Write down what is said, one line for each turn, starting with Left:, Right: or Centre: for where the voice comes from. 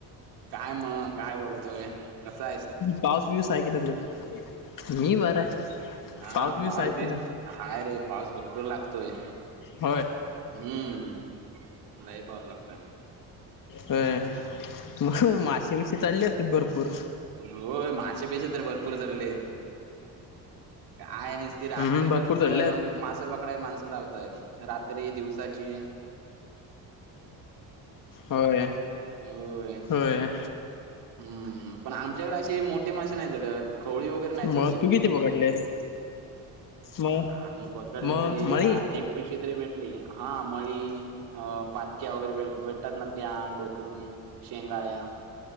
Right: काय म काय बोलतोय. कसा आहेस?
Left: पाऊस बिऊस आहे की तकडं? मी बरा आहे.
Right: हा
Left: बिऊस
Right: पाऊस
Left: आहे
Right: बीस
Left: की नाही
Right: हायरे, पाऊस भरपूर लागतोय.
Left: होय.
Right: हम्म, लय पाप लागतंय.
Left: होय, <unintelligible> मासे बिसे चालले असतील भरपूर?
Right: होय, मासे बिसे तर भरपूर चाललेत. काय निस्ती रात्रीभर
Left: हम्म भरपूर चढले आहेत
Right: मासा पकडाय माणसं धावतयात, रा त्री, दिवसाची.
Left: होय
Right: होय.
Left: होय.
Right: हम्म, पण आमच्याकडे असे मोठे मासे नाही चडत. खवळी वगैरे न्हाय चढत.
Left: मग तू किती पकडलेस मग
Right: आम्ही पकडलं
Left: मग
Right: तरी,
Left: मळी
Right: एक पिशी तरी भेटली. हा मळी अ पाातक्या वगैरे भेटतात ना त्या डोकरूळी, शेंगाळ्या.